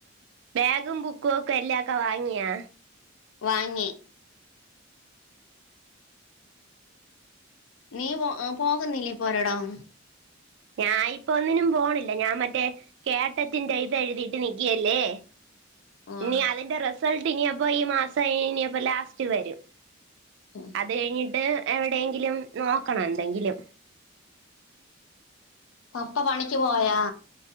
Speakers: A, on the right; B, on the left.
A: ബാഗും ബുക്കും ഒക്കെ എല്ലാ ഒക്കെ വാങ്ങിയാ?
B: വാങ്ങി നീ പോ പോകുന്നില്ലേ പ്പോരോടം?
A: ഞാൻ ഇപ്പൊ ഒന്നിനും പോണില്ല ഞാൻ മറ്റേ കേട്ടത്തിന്റെ ഇത് എഴുതീട്ട് നിക്കയല്ലേ?
B: വാ
A: ഇനി അതിന്റെ റിസൾട്ട് ഇനിയപ്പം ഈ മാസം ഇനിയപ്പ ലാസ്റ്റ് വരും
B: ഉം
A: അത് കഴിഞ്ഞിട്ട് എവിടെയെങ്കിലും നോക്കണം എന്തെങ്കിലും
B: പപ്പ പണിക്ക് പോയാ